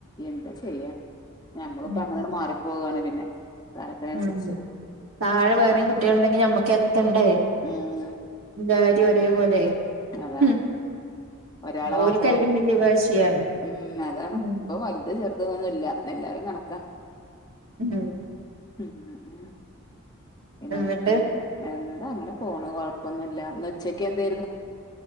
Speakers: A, on the left; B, on the right.
A: എന്താ ചെയ്യാ. ഞമ്മളിപ്പോ
B: ഉം
A: അങ്ങനാട് മാറി. പോവുവാണ് പിന്നെ കാലത്തിനനുസരിച്ച്
B: ഉം താഴെ വേറെയും കുട്ടികള് ഉണ്ടെങ്കി നമ്മക്ക് എത്തണ്ടേ
A: ഉം
B: <unintelligible> ഒരേപോലെ
A: അതാണ്
B: ഉം
A: ഒരാളെ മാത്രം
B: ഓൽക്കയിലും വല്യ വാശിയാണ്
A: ഉം അതാണ്
B: ഉം
A: ഇപ്പൊ വലുത് ചെറുത് ന്നൊന്നുല്ല എല്ലാരും കണക്കാ.
B: ഉം
A: ഉം ഉം പിന്നെ
B: എന്നിട്ട്
A: എന്തൊക്കെയ <unintelligible> ആ ഇങ്ങനെ പോണ് കൊഴപ്പൊന്നുല്ല <unintelligible> ഉച്ചയ്ക്ക് എന്തേരുന്നു?